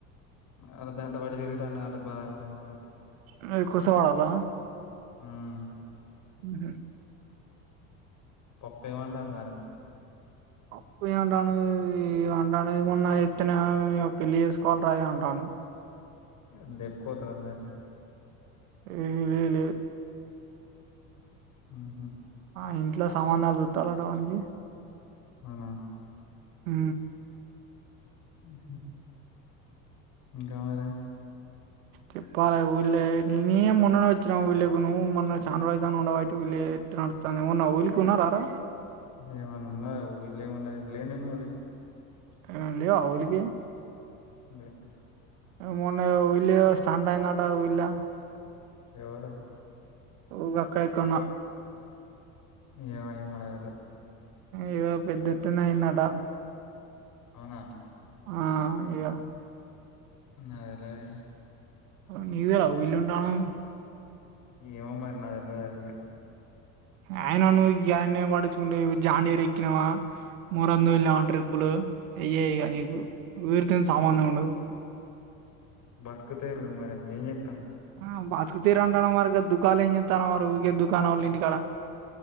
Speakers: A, on the left; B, on the right.
A: అ దండవాటి తిరుగుతాండట బాదంట వాటి
B: నీ కొస వాడాల
A: హ్మ్
B: హ్మ్ హు
A: పప్పే వంటనవ రా
B: అప్పుయే అంటనవు యే అంటనవు గున్న ఎత్తనవ్ ఇగ పెళ్లి చేసుకోవాలిరా అది అంటానావ్
A: అయ్ లెప్కోపోతాడ్ అన్నట
B: ఊ లేద్ లేద్
A: హ్మ్ హు
B: ఆ ఇంట్లో సంబంధాలు సూత్తాలట వానికి
A: అవునా
B: హ్మ
A: ఉ హా ఇంకా మరే
B: చెప్పాలా ఊళ్ళే నేనే మొన్ననే వచ్చినా ఉళ్లేకి నువ్వు మొన్న చాన్ రోయితంది ఉండ బట్టి ఉల్లేట నడుతాన్ ఏమోన్నా ఉలికున్నారా రా
A: ఏమన్నా ఉన్నదా ఊళ్ళో ఏమున్నది లేనే నువ్వు ఊళ్ళకి
B: ఆ లేవా ఉలికే
A: లేన్
B: మొన్న ఉలీయో స్టాండ్ అయిదంట ఊళ్ళ
A: ఎవడు
B: ఉ వక్కైకున్నా
A: ఏమో ఏమో నాదెలు
B: ఏదో పెద్ద ఎత్తున అయిదట
A: అవునా
B: ఆ ఇగ
A: అదేలాగ
B: నీదే <unintelligible>
A: ఏమో మరి నాదెల్వాద్ అధిక
B: ఆయన నువ్వు గ్యాన్నే పడించుకుంటే జాండేరేక్కినావా మూరందు వెళ్నవా ట్రిప్పులు అయయిగా నీకు ఉరితోనీ సమందముండదు
A: బతుకతేరు మరి ఏం జే త
B: ఆ బతుకు తీర అంటన్నావ్ మరి దూకాలో ఏం చేతన్నావ్ మరి ఊకే దుకాణం వాళ్ళ ఇంటి ఇక్కడ